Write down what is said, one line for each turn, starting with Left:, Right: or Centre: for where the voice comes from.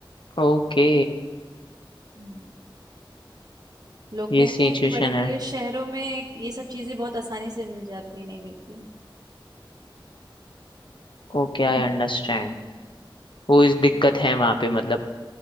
Left: ओके
Right: हम्म, लोग
Left: ये
Right: कहते
Left: सिचुएशन
Right: हैं कि बड़े
Left: है
Right: बड़े शहरों में ये सब चीज़ें बहुत आसानी से मिल जाती है नहीं मिलती
Left: Okay I
Right: <laughs>
Left: understand वो इस दिक्कत
Right: हम्म।
Left: है वहाँ पे मतलब